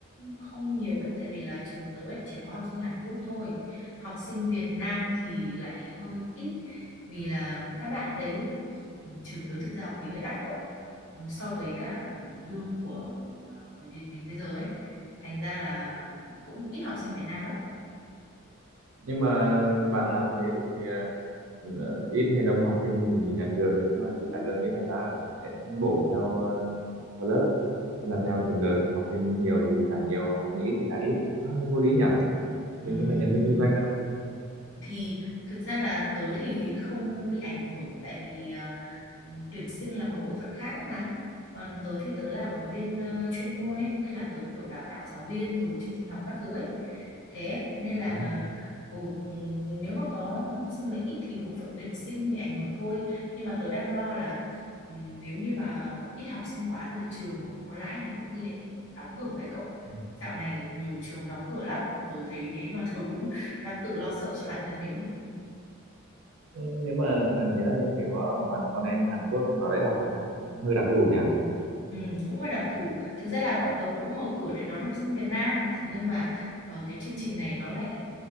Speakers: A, on the left (about 60°); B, on the right (about 80°).
A: không nhiều ấy tại vì là trường tớ ấy chỉ có học sinh Hàn Quốc thôi học sinh Việt Nam thì lại hơi ít vì là các bạn đấy ừm, trường tớ thực ra học phí hơi đắt các bạn Ừm, so với cả lương của ờ, người Việt mình bây giờ ấy thành ra là cũng ít học sinh Việt Nam lắm
B: nhưng mà bạn làm thế thì ờ, là ít hay đông học sinh thì nhà trường cũng là chi trả lương chứ hay là sẽ bổ theo ờ, theo lớp hay là theo từng đợt học sinh nhiều thì trả nhiều học sinh ít thì trả ít nó hơi vô lý nhỉ mình
A: Ừm,
B: có phải nhân viên kinh doanh đâu
A: thì thực ra là tớ thì không bị ảnh hưởng tại vì ờ, tuyển sinh là một bộ phận khác ấy mà còn tớ thì tớ làm ở bên ờ, chuyên môn ấy tức là tớ kiểu đào tạo giáo viên rồi chương trình học các thứ ấy thế nên là
B: à.
A: ừ, ừ, nếu mà có học sinh mà ít thì bộ phận tuyển sinh bị ảnh hưởng thôi nhưng mà tớ đang lo là ừ, nếu như mà ít học sinh quá rồi trường mà không có lãi thì có khi lại đóng cửa ấy cậu
B: ừ.
A: dạo này nhiều trường đóng cửa lắm tớ thấy thế mà tớ cũng đang tự lo sợ cho bản thân mình ấy.
B: Thế nếu mà ờ, chỉ là chỉ có toàn con em Hàn Quốc vào đấy học thôi bạn hơi đặc thù nhỉ
A: Ừ, cũng hơi đặc thù. Thực ra là bọn tớ cũng mở cửa để đón học sinh Việt Nam, thế nhưng mà ờ, cái chương trình này nó lại